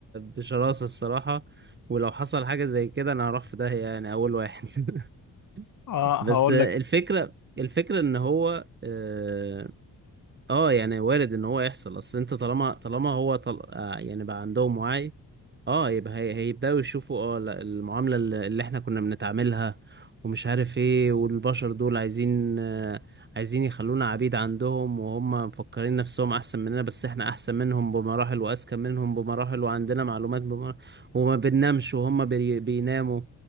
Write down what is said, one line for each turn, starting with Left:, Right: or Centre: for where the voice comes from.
Right: بشراسة الصراحة ولو حصل حاجة زي كده انا هروح في داهية يعني اول واحد <laughs>
Left: اه
Right: بس
Left: هقول
Right: الفكرة
Left: لك
Right: الفكرة ان هو آه، اه يعني وارد ان هو يحصل اصل انت طالما طالما هو طل... آه يعني بقى عندهم وعي اه يبقى هي- هيبداوا يشوفوا اه لا، المعاملة اللي اللي احنا كنا بنتعاملها ومش عارف ايه والبشر دول عايزين آه، عايزين يخلونا عبيد عندهم وهم مفكرين نفسهم احسن مننا بس احنا احسن منهم بمراحل واذكى منهم بمراحل وعندنا معلومات بمراحل وما بننامش وهم بي بيناموا